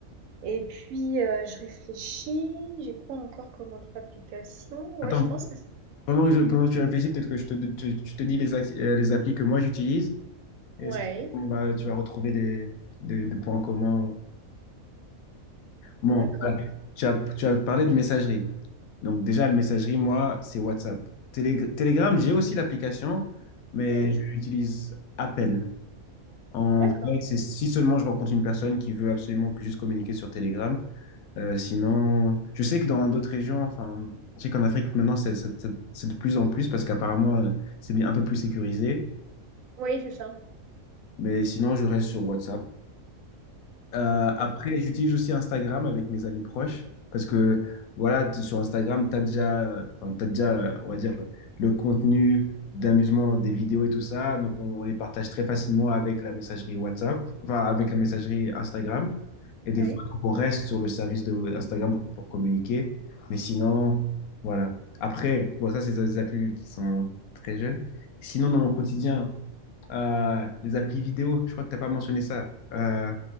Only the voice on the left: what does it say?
Attends,
pendant que, je- pendant que tu réfléchis, peut-être que je te, te- tu te dis les, ac- euh, les applis que moi j'utilise. Et
c'est surtout, bah, tu vas retrouver des, des- des points communs. Bon,
voilà. Tu as, tu as parlé de messagerie. Donc déjà, la messagerie, moi, c'est WhatsApp. Télé- Telegram, j'ai aussi l'application, mais
je l'utilise à peine. En
vrai, c'est si seulement je rencontre une personne qui veut absolument que juste communiquer sur Telegram. Euh, sinon, je sais que dans d'autres régions, enfin, je sais qu'en Afrique maintenant, c'est c'est- c'est- c'est de plus en plus parce qu'apparemment, euh, c'est bien un peu plus sécurisé.
Mais sinon, je reste sur WhatsApp. Euh, après,
j'utilise aussi Instagram avec mes amis proches parce que voilà, t- sur Instagram, tu as déjà, euh, enfin, t'as déjà, euh, on va dire, le le contenu d'amusement des vidéos et tout ça. Donc, on, on les partage très facilement avec la messagerie WhatsApp, enfin, avec la messagerie Instagram. Et des
fois, donc, on reste sur le service de Instagram pour, pour communiquer. Mais sinon, voilà. Après, bon, ça, c'est des applis qui sont très jeunes. Sinon, dans mon quotidien, euh, les applis vidéo, je crois que tu n'as pas mentionné ça. Euh,